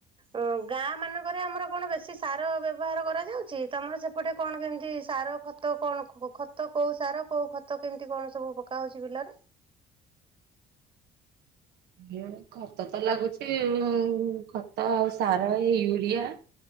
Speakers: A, on the right; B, on the right.
A: ଅ ଗାଁ ମାନ କରେ ଆମର କଣ ବେଶୀ ସାର ବ୍ୟବହାର କରାଯାଉଚି ତମର ସେପଟେ କଣ କେମିତି ସାର ଖତ କଣ କୋ ଖ ତ କୋଉ ସାର କୋଉ ଖତ କେମିତି କଣ ସବୁ ପକା ହୋଉଚି ବିଲରେ?
B: <inaudible> ଖତ ତ ଲାଗୁଚି ଉଁ ଖତ ଆଉ ସାର ଏଇ ୟୁରିଆ